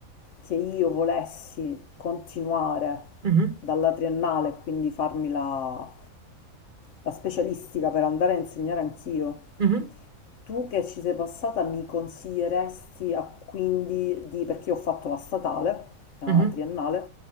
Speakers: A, on the left; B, on the right.
A: che io volessi continuare
B: Mhm,
A: dalla triennale, quindi farmi la, la specialistica per andare a insegnare anch'io,
B: mhm,
A: Tu che ci sei passata mi consiglieresti a- quindi di, perché io ho fatto la statale, la
B: mhm.
A: triennale,